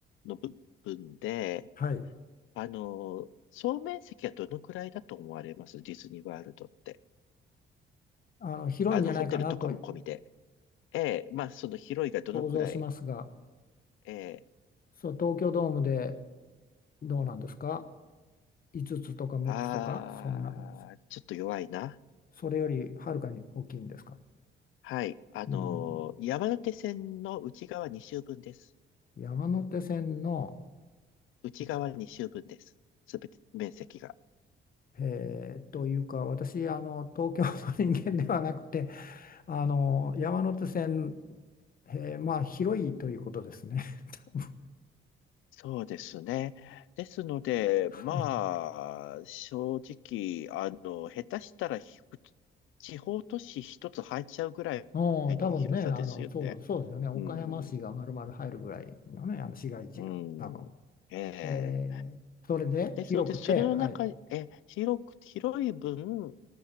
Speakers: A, on the left; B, on the left.
A: の部分で、
B: はい、
A: あの、総面積はどのくらいだと思われますディズニーワールドって。
B: あの広いんじゃないかなと
A: あの、ホテルとかも込みで。ええ、まあ、その広いがどのくらい。
B: 想像しますが、
A: ええ、
B: そう、東京ドームでどうなんですか、5つつとか6つとか、
A: あー、
B: そんな、そ
A: ちょっと弱いな。
B: それよりはるかに大きいんですか。
A: はい。あのー山手線の内側2周分です。
B: うん山手線の
A: 内側2周分です。
B: うち、
A: すべて面積が。
B: えーというか私あの東京の人間ではなくてあの山手線、えーまあ広いということですね。<laughs>
A: そうですね。ですので、
B: はい、
A: まあ、正直、あの、下手したらひ地方都市一つ入っちゃうぐらいの広さですよね。
B: おー多分ねあのそう、そうですよね岡山市が丸々入るぐらいのねあの市街地が多分、
A: うん。うん。ええ。
B: えーそれで広くて、
A: ですので、それの中、
B: はい、
A: え、広く、広い分、